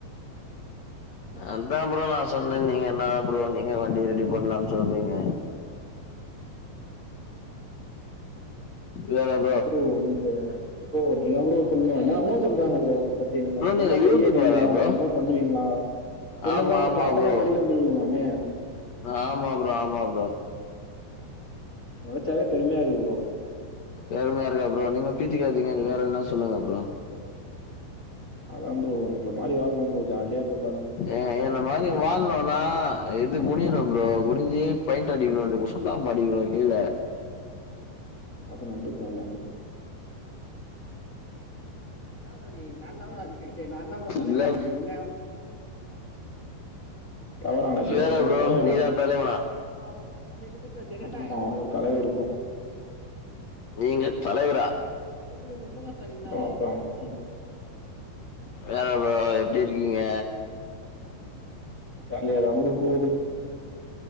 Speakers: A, on the left; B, on the left.
A: ஹலோ
B: அதா ப்ரோ நா சொன்ன நீங்க என்னா ப்ரோ நீங்க வண்டி ரெடி பண்லானு சொல்றீங்க
A: ம்
B: வேற என்
A: ப்ரோ நீங்க ப்ரோ நீங்க தா ப்ரோ சொல்றீங்க எல்லாருமே சொல்றாங்க ப்ரோ பத்தி நீங்க
B: ப்ரோ
A: ரொம்ப
B: யூடியூபரா
A: பெரிய கையா
B: ப்ரோ?
A: என்னனுமோ பண்ணுவீங்ளா பொண்ணுங்கல்லா
B: ஆமா
A: உங்கள
B: ஆமா
A: பாத்தாலே
B: ப்ரோ
A: மடியில வந்து விழுகுமாமே
B: ஆமா ப்ரோ ஆமா ப்ரோ
A: நெனச்சாவே பெருமையா இருக்கு ப்ரோ
B: பெருமையா இருக்கா ப்ரோ நீங்க பீத்திக்காதீங்க வேற என்னா சொல்லுங்க ப்ரோ
A: அதா ப்ரோ உங்கள மாரி வாழணு ப்ரோ ஜாலியா இப்ப
B: ஏங்க என்ன மாறி வாழலோனா எது குனியணும் ப்ரோ குனிஞ்சி பெயிண்ட் அடிக்கணு சுண்ணாம்பு அடிக்கணு கீழ
A: அது நம்ளுக்கு வேண்டா ப்ரோ என்ன ப்ரோ நீ நா தா ப்ரோ அதுக்கு ஹெட்டு நான் தா ப்ரோ தலைவ
B: இல்ல
A: அதுக்கு என்னா ப்ரோ நீ தவறான செயல்
B: வேற
A: இது
B: ப்ரோ
A: தவறான
B: நீதான்
A: செயல்
B: தலைவனா
A: அத விடு ப்ரோ ஜனநாயகன்
B: நீங்க தலைவரா
A: அது <unintelligible>
B: வேற ப்ரோ எப்டி இருக்கீங்க?
A: ஜாலியா தா ப்ரோ போது